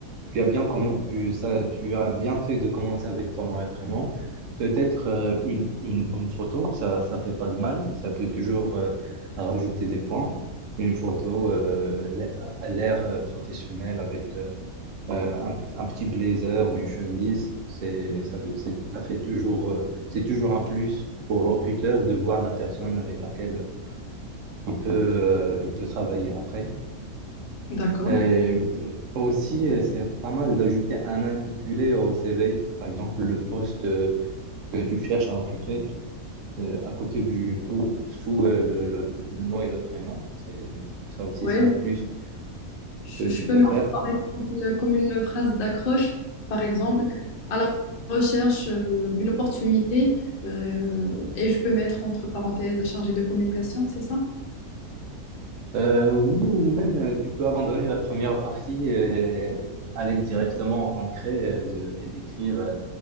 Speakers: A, on the right; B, on the left.
A: tu as bien commen- tu, ça, tu as bien fait de commencer avec ton nom et prénom. Peut-être euh, une, une, une photo, ça ça fait pas de mal. Ça peut toujours euh, rajouter des points. Une photo euh, l'a- à l'air euh, professionnel avec euh, euh, un, un petit blazer ou une chemise, c'est ça fait c'est- ça fait toujours euh, c'est toujours un plus pour le recruteur de voir la personne avec laquelle il peut, euh, il peut travailler après.
B: D'accord.
A: Et aussi, euh, c'est pas mal d'ajouter un intitulé au CV, par exemple le poste euh, que tu cherches à occuper euh, à côté du ou sous euh, le, le- le nom et le prénom. C'est, ça aussi,
B: Ouais,
A: c'est un plus
B: Je,
A: que
B: je
A: tu
B: peux
A: peux
B: mettre
A: faire.
B: par exemple, une- comme une phrase d'accroche, par exemple, à la recherche euh, d'une opportunité, euh, et je peux mettre entre parenthèses chargé de communication, c'est ça?
A: Euh, oui, ou même euh, tu peux abandonner la première partie et aller directement au concret euh, de, et d'écrire euh,